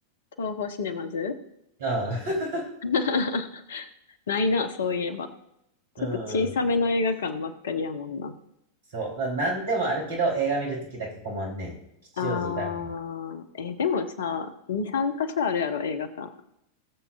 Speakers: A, on the left; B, on the right.
A: 東宝シネマズ
B: うん。<laughs>
A: <laughs> ないな、そういえば。ちょっと小さめの映画館ばっかりやもんな。
B: うん。そう。な、なんでもあるけど、映画見るときだけ困んねん。吉祥寺行かねん。
A: あー、えーでもさ、2、3箇所あるやろ、映画館。